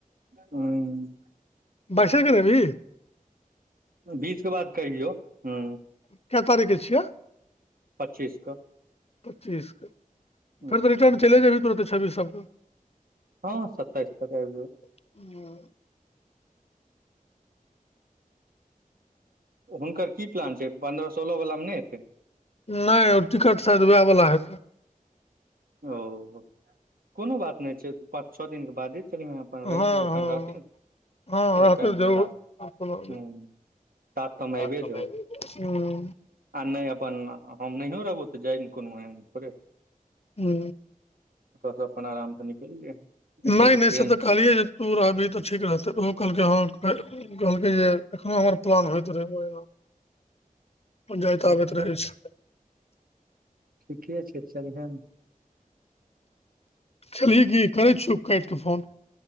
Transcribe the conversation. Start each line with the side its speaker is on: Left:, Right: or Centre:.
Right: हँ।
Left: पैसा नै देल्ही
Right: बीचके बाद कहियौ ह।
Left: कैए तारीखके छियै
Right: पच्चीस के
Left: पच्चीसके फेर
Right: हूँ
Left: तऽ रिटर्न चल जेबी तुरत। छी सभके
Right: हँ, सतताइस कऽ
Left: सबके
Right: हुनकर की प्लान छै, पन्द्रह सोलह वलामे नहि होते
Left: नहि ओ टिकट शायद वएह वला हेतै।
Right: ओ कोनो बात। ने छै, पाँच छओ दिनके बादे चलि अपन
Left: हँ
Right: रहिके
Left: हँ
Right: एखन रहथिन।
Left: हँ,
Right: ओहि टाइम
Left: तऽ जरुर
Right: मे लास्ट
Left: आब कोनो।
Right: हूँ सात सए
Left: <unintelligible>
Right: मे आबिये जाउ
Left: हू
Right: आ नहि अपन हम नहि रहबो तऽ जायमे कोनो एहन थोडे
Left: ह,
Right: से अपन आराम से निकलि जइहे एते
Left: नहि नहि
Right: ट्रेन
Left: सऽ तऽ
Right: छै
Left: कहलिय कतो रहबे तऽ ठीक रहतै ओहो कहलकै हँ। कहलकै जे एखनो हमर प्लान होइत रहै। जायएत
Right: अच्छा
Left: आबैत रहै छै
Right: ठीके छै, चलहिये नै।
Left: खेबही कि करै छियौ काट कऽ फोन।